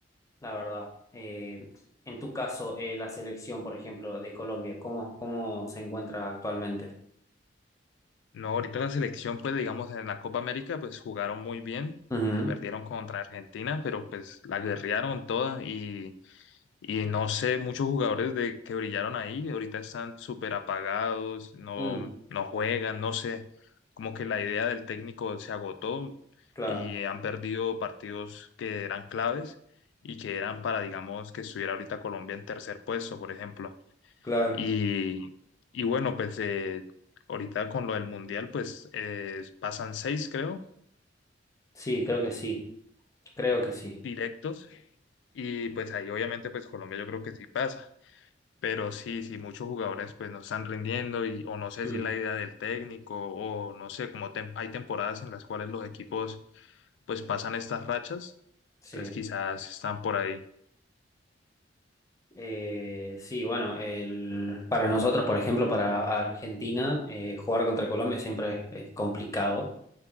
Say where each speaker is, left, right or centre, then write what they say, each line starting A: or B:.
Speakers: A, on the left (about 15°); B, on the left (about 75°).
A: la verdad. Eh, en tu caso, eh, la selección, por ejemplo, de Colombia, ¿cómo, cómo se encuentra actualmente?
B: No, ahorita la selección pues digamos en la Copa América pues jugaron muy bien,
A: Ujú,
B: que perdieron contra Argentina, pero pues la guerrearon toda y Y no sé, muchos jugadores de, que brillaron ahí, ahorita están súper apagados, no,
A: Mm,
B: no juegan, no sé, como que la idea del técnico se agotó
A: claro,
B: y han perdido partidos que eran claves y que eran para, digamos, que estuviera ahorita Colombia en tercer puesto, por ejemplo.
A: Claro.
B: Y, y bueno, pues eh, ahorita con lo del Mundial, pues eh, pasan seis, creo,
A: sí, creo que sí, creo que sí.
B: directos. Y pues ahí obviamente pues Colombia yo creo que sí pasa. Pero sí, sí, muchos jugadores pues no están rindiendo y o no sé
A: Mm,
B: si es la idea del técnico o no sé, como tem- hay temporadas en las cuales los equipos pues pasan estas rachas,
A: sí,
B: entonces quizás están por ahí,
A: Eh, sí, bueno, el, para nosotros, por ejemplo, para Argentina, eh, jugar contra Colombia siempre es, es complicado.